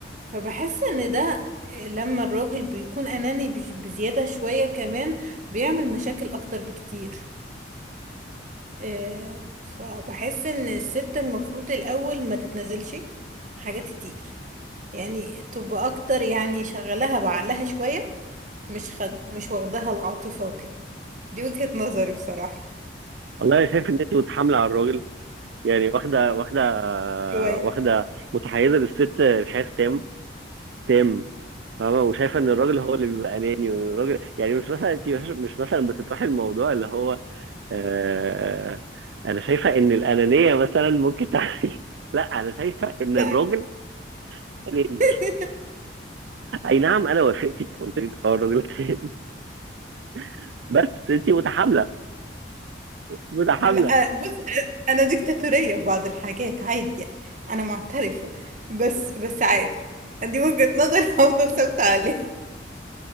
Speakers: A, on the right; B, on the right.
A: فبحس ان ده لما الراجل بيكون اناني بش- بزيادة شوية كمان بيعمل مشاكل اكتر بكتير آه، فبحس ان الست المفروض الاول ما تتنازلش في حاجات كتير يعني تبقى اكتر يعني شغلها بعقلها شوية مش خد... مش واخدها العاطفة وكده دي وجهة نظري بصراحة
B: والله انا شايف ان انت متحامله على الراجل يعني واخده واخده
A: شوية
B: واخده متحيزه للست الحياه تام تام فاهمة وشايفة ان الراجل هو اللي بيبقى اناني وان الراجل يعني مش مثلا انت مش مش مثلا بتطرحي الموضوع اللي هو آه انا شايفة ان الانانية مثلا ممكن تعمل <laughs> لا انا شايفة ان
A: لا
B: الراجل اناني
A: <laughs>
B: اي نعم انا وافقتك قلت لك اه الراجل اناني <laughs> بس انت متحاملة متحاملة
A: لا بص انا ديكتاتورية في بعض الحاجات عادي يعني انا معترفة بس بس عادي دي وجهة نظر <laughs> هفضل ثابتة عليها